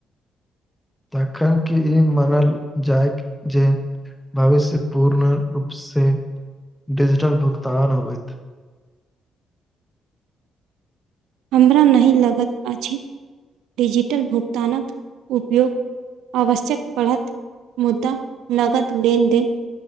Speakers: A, in the centre; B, on the right.
A: तखन कि ई मानल जायत जे भविष्य पूर्ण रूप से डिजीटल भुगतान होइत
B: हमरा नहि लगैत अछि डिजिटल भुगतानक उपयोग आवश्यक पड़त मुद्दा नगद लेनदेन